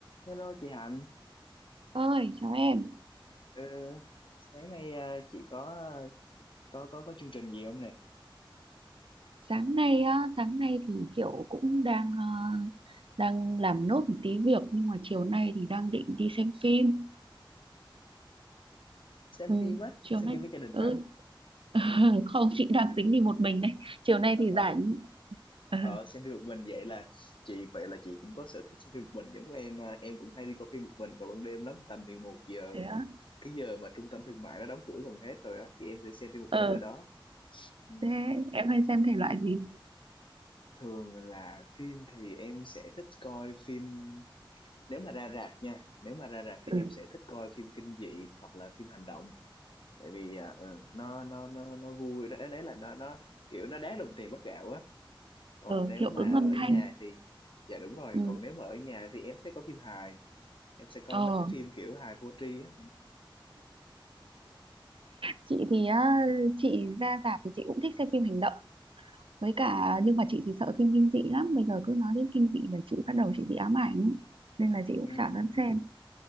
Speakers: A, on the left; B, on the right.
A: Hello chị Hạnh,
B: ơi chào em
A: Ờ, sáng nay à, chị có có có có chương trình gì không nè?
B: sáng nay á sáng nay thì kiểu cũng đang ờ, đang làm nốt một tí việc nhưng mà chiều nay thì đang định đi xem phim
A: Xem
B: ừ,
A: phim á,
B: chiều
A: xem
B: nay
A: phim với gia đình
B: ừ.
A: hả?
B: <laughs> không chị đang tính đi một mình đấy chiều nay
A: Ở,
B: thì
A: ở,
B: rảnh ừ,
A: ở xem phim một mình vậy là chị vậy là chị cũng có sở thích xem phim một mình giống em, à. em cũng hay đi coi phim một mình vào ban đêm lắm, tầm mười một giờ,
B: thế á
A: cái giờ mà trung tâm thương mại nó đóng cửa gần hết rồi á, thì em sẽ xem phim một
B: ờ
A: mình ở đó. Ừ.
B: thế em hay xem thể loại gì
A: Thường là phim thì em sẽ thích coi phim nếu mà ra rạp nha, nếu mà ra rạp thì
B: ừ,
A: em sẽ thích coi phim kinh dị hoặc là phim hành động tại vì à, ừ, nó nó nó nó vui đó đấy là nó nó kiểu nó đáng đồng tiền bắt gạo á còn
B: ờ,
A: nếu
B: hiệu
A: mà
B: ứng âm
A: ở
B: thanh
A: nhà thì dạ đúng rồi
B: ừ.
A: còn nếu mà ở nhà thì em sẽ có phim hài em sẽ coi
B: ờ
A: mấy cái phim kiểu hài vô tri á
B: chị thì á chị ra rạp thì chị cũng thích xem phim hành động với cả nhưng mà chị thì sợ phim kinh dị lắm bây giờ cứ nói đến kinh dị là chị bắt đầu chị bị ám ảnh nên là chị cũng
A: Ừm,
B: chả dám xem